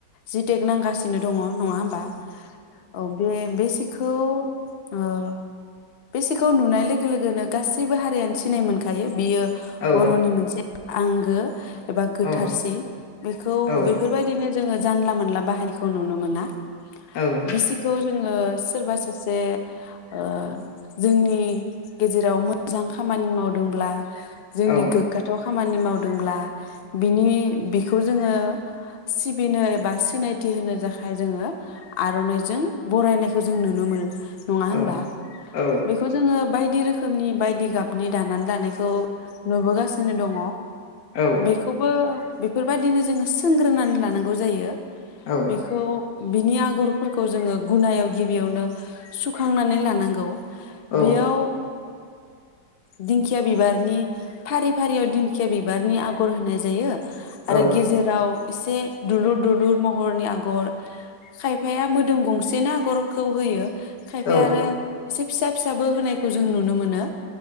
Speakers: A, on the left; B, on the left.
A: जिटेक नांगासिनो दङ नङा होमबा? औ बे सिखौ ओ बे सिखौ नुनाय लोगो लोगोनो गासैबो हारियानो सिनाय मोनखायो। बियो
B: औ
A: बर'नि मोनसे आंगो एबा गोथारसि
B: औ
A: बेखौ
B: औ
A: बेफोरबायदिनो जोङो जानला मानला बाहायनायखौ नुनो मोना।
B: औ
A: बिसिखौ जोङो सोरबा सासे ओ जोंनि गेजेराव मोजां खामानि मावदोंब्ला जोंनि
B: औ
A: गोग्गाथाव खामानि मावदोंब्ला बिनि बिखौ जोङो सिबिनो एबा सिनायथि होनो थाखाय जोङो आर'नाइजों बरायनायखौ जों नुनो मोनो। नङा
B: औ
A: होनबा?
B: औ
A: बेखौ जोङो ङो बायदि रोखोमनि बायदि गाबनि दानानै लानायखौ नुबोगासिनो दङ।
B: औ
A: बेखौबो बेफोरबादिनो जोङो सोंग्रोनानै लानांगौ जायो।
B: औ
A: बेखौ बिनि आगरफोरखौ जोङो गुनायाव गिबियावनो सुखांनानै लानांगौ। बेयाव
B: औ
A: ओ दिंखिया बिबारनि फारि फारियाव दिंखिया बिबारनि आगर होनाय जायो।
B: औ
A: आरो गेजेराव एसे दुलुर दुलुर महरनि आगर खायफाया मोदोम गंसेनो आगरखौ होयो। खायफा
B: औ
A: आरो एसे फिसा फिसाबो होनायखौ जों नुनो मोनो।